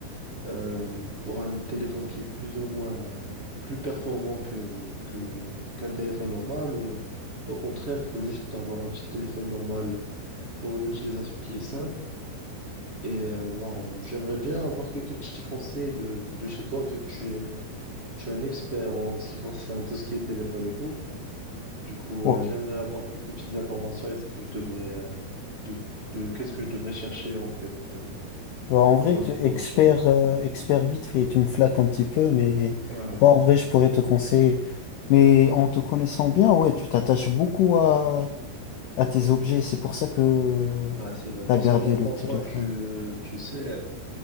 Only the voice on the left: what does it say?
Ouais.
Bah, en vrai,
tu expert,
euh, expert vite fait, tu me flattes un petit peu, mais
ouais, en vrai, je pourrais te conseiller. Mais en te connaissant bien, ouais, tu t'attaches beaucoup à, à tes objets. C'est pour ça que
t'as
gardé
le téléphone.